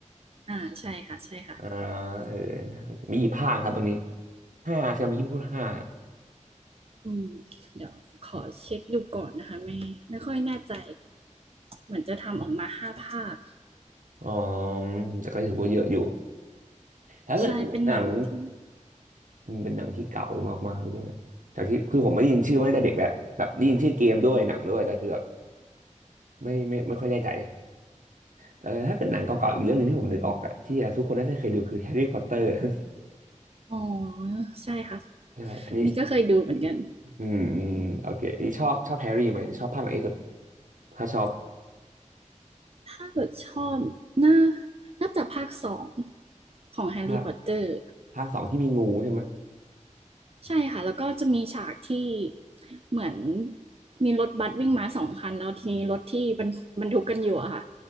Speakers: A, on the right; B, on the right.
A: อ่าใช่ค่ะใช่ค่ะ
B: ๆอ่าเออมีกี่ภาคครับตรงนี้ห้าใช่ไหมมีพูดห้า
A: อืมเดี๋ยวขอเช็คดูก่อนนะคะไม่ไม่ค่อยแน่ใจเหมือนจะทำออกมาห้าภาค
B: อ๋อแต่ก็ถือว่าเยอะอยู่ถ้าเกิดหนัง
A: ใช่เป็นหนังที่
B: มันเป็นหนังที่เก่ามากๆด้วยจากที่คือผมไม่ได้ยินชื่อมาตั้งแต่เด็กแล้วแบบได้ยินชื่อเกมด้วยหนังด้วยแต่คือแบบไม่ไม่ไม่ค่อยแน่ใจเออถ้าเกิดหนังเก่าๆอีกเรื่องหนึงที่ผมนึกออกอะที่ทุกคนน่าจะเคยดูคือแฮร์รี่พอตเตอร์ <laughs>
A: อ๋อใช่ค่ะ
B: ใช่อันนี้
A: นี่ก็เคยดูเหมือนกัน
B: อืมอืมโอเคอันนี้ชอบชอบแฮร์รี่ไหมชอบภาคไหนที่สุดถ้าชอบ
A: ถ้าเกิดชอบน่าน่าจะภาคสองของแฮร์รี่พอตเตอร์
B: ภาคภาคสองที่มีงูใช่ไหมย
A: ใช่ค่ะแล้วก็จะมีฉากที่เหมือนมีรถบัสวิ่งมาสองคันแล้วทีนี้รถที่บรรบรรทุกกันอยู่อะค่ะ